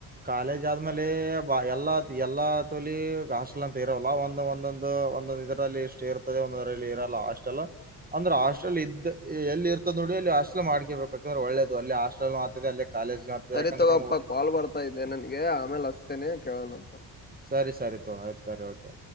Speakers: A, on the right (about 20°); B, on the left (about 20°).
A: ಕಾಲೇಜ್ ಆದ್ಮೇಲೆ ಎಲ್ಲ ಎಲ್ಲ ಎಲತುಲಿ ಹಾಸ್ಟೆಲ್ ಅಂತ ಇರಲ್ಲ ಒಂದ ಒಂದೊಂದು ಒಂದೊಂದು ಇದರಲ್ಲಿ ಇಷ್ಟ ಇರ್ತದೆ ಒಂದರಲ್ಲಿ ಇರಲ್ಲ ಹಾಸ್ಟೆಲ್ ಅಂದ್ರೆ ಹಾಸ್ಟೆಲ್ ಇದ್ ಎಲ್ಲಿ ಇರ್ತದ ನೋಡಿ ಅಲ್ಲಿ ಹಾಸ್ಟೆಲ್ ಮಾಡ್ಕೇಬೇಕಾಕಂದ್ರೆ ಒಳ್ಳೇದು ಅಲ್ಲಿ ಹಾಸ್ಟೆಲ್ <unintelligible> ಆಗ್ತದೆ
B: ಸರಿ
A: ಯಾಕಂದ್ರೆ
B: ತಗೋಪ್ಪಾ
A: ನಮಗ್
B: ಕಾಲ್ ಬರ್ತಾ ಇದ್ದೆ ನನ್ಗೆ ಆಮೇಲ್ ಹಚ್ತೇನೆ. ಕೇಳನ ಅಂತ
A: ಸರಿ ಸರಿ ತಗೋ ಆಯ್ತಾ ಸರಿ ಓಕೆ